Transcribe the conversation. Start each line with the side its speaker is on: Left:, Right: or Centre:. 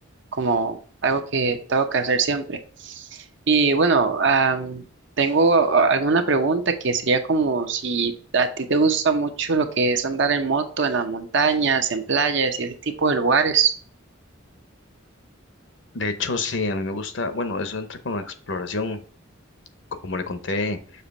Right: como algo que tengo que hacer siempre. Y bueno, am, tengo a- alguna pregunta que sería como si a ti te gusta mucho lo que es andar en moto, en las montañas, en playas y ese tipo de lugares.
Left: De hecho, sí, a mí me gusta, bueno, eso entra con la exploración, como le conté,